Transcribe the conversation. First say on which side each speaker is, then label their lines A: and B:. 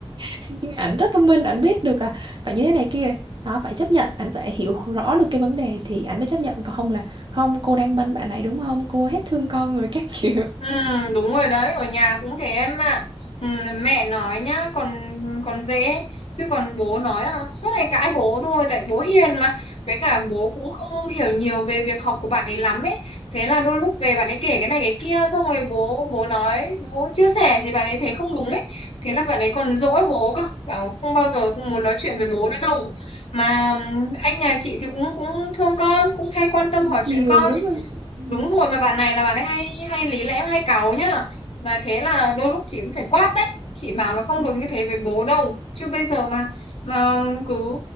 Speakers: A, on the right; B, on the left.
A: <laughs> Anh rất thông minh, anh biết được là phải như thế này kia. Đó, phải chấp nhận, anh phải hiểu rõ được cái vấn đề thì anh mới chấp nhận còn không là không cô đang banh bạn này đúng không? Cô hết thương con người các kiểu.
B: Ừ, đúng rồi đấy ở nhà cũng thế em ạ ừ, mẹ nói nhá còn còn dễ chứ còn bố nói à suốt ngày cãi bố thôi tại bố hiền mà với cả bố cũng không hiểu nhiều về việc học của bạn ấy lắm ấy thế là đôi lúc về bạn ấy kể cái này cái kia xong rồi bố bố nói bố chia sẻ thì bạn ấy thấy không đúng ấy thế là bạn ấy còn dỗi bố cơ bảo không bao giờ cũng muốn nói chuyện với bố nữa đâu mà ừm, anh nhà chị thì cũng cũng thương con cũng hay quan tâm hỏi
A: Thiều
B: chuyện con
A: đúng không? Ừ,
B: Đúng rồi mà bạn này là bạn ấy hay hay lý lẽ hay cáu nhá. Mà thế là đôi lúc chị cũng phải quát đấy. Chị bảo là không
A: ừ,
B: được như thế với bố đâu. Chứ bây giờ mà mà cứ